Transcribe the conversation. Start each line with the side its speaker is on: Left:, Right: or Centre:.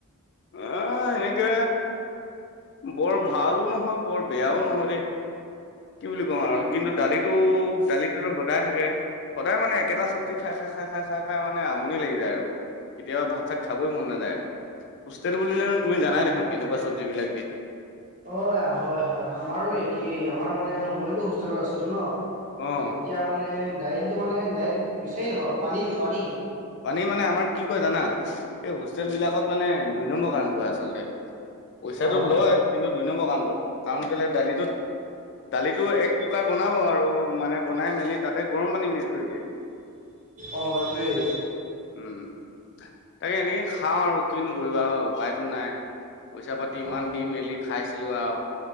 Left: নাই এনেকে বৰ ভালো নহয়, বৰ বেয়াও নহয় দেই, কি বুলি ক'ম আৰু কিন্তু দালিত টো দালিটোতো সদায় থাকে। সদায় মানে একেটা চব্জি খাই খাই খাই খাই খাই খাই মানে আমনি লাগি যায় আৰু। কেতিয়াবা ভাত - চাত খাবই মন নাযায়। হোষ্টেল বুলিলে তুমি জানাই দেখোন কেনেকুৱা চব্জিবিলাক দিয়ে?
Right: অ আ হয় হয় আমাৰো একেই আমাৰ মানে মইতো হোষ্টেলত আছিলো ন।
Left: অ।
Right: এতিয়া মানে দাইলটো মানে দাইল বিচাৰি নাপাবা পানী পানী।
Left: পানী মানে আমাৰ কি কয় জানা? এই হোষ্টেলবিলাকত মানে দুই নম্বৰ কাম কৰে আচলতে। পইচাটো
Right: অঁ
Left: লয় কিন্তু দুই নম্বৰ কাম কৰে কাৰণ কেলে দালিটোত দালিটো এক কুকাৰ বনাব আৰু মানে বনাই মেলি তাতে গৰম পানী মিক্স কৰি দিয়ে।
Right: অ এইটোয়ে।
Left: উম তাকে এনেকে খাওঁ আৰু কিনো কৰিবা হয় উপায়তো নাই। পইচা - পাতি ইমান
Right: অ
Left: দি মেলি খাইছিলো আৰু